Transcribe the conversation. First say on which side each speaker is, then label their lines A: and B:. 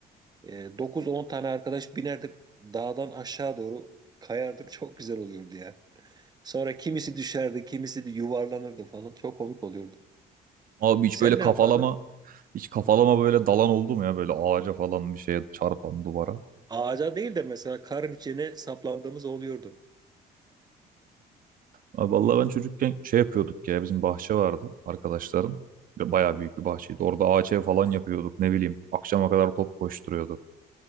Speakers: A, on the right; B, on the right.
A: E, 9-10 tane arkadaş binerdik dağdan aşağı doğru kayardık <laughs> çok güzel oluyordu ya. Sonra kimisi düşerdi, kimisi de yuvarlanırdı falan. Çok komik oluyordu.
B: Abi hiç
A: Sen
B: böyle kafalama,
A: ne yapardın?
B: hiç kafalama böyle dalan oldu mu ya? Böyle ağaca falan bir şeye çarpan duvara.
A: Ağaca değil de mesela karın içine saplandığımız oluyordu.
B: Abi vallahi ben çocukken şey yapıyorduk ya bizim bahçe vardı arkadaşların. Ve Bayağı büyük bir bahçeydi. Orada ağaç ev falan yapıyorduk ne bileyim. Akşama kadar top koşturuyorduk.